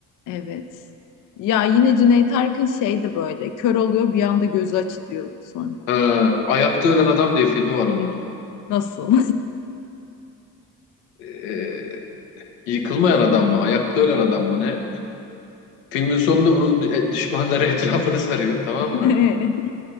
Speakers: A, on the left (about 45°); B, on the left (about 75°).
A: Evet. Ya yine Cüneyt Arkın şeydi böyle. Kör oluyor bir anda gözü açılıyor sonra.
B: Ha, Ayakta Ölen Adam diye filmi var onun.
A: Nasıl?
B: Ee, Yıkılmayan adam mı? Ayakta ölen adam mı ne? Filmin sonunda bunun d- düşmanları <laughs> etrafını sarıyor tamam mı?
A: <laughs>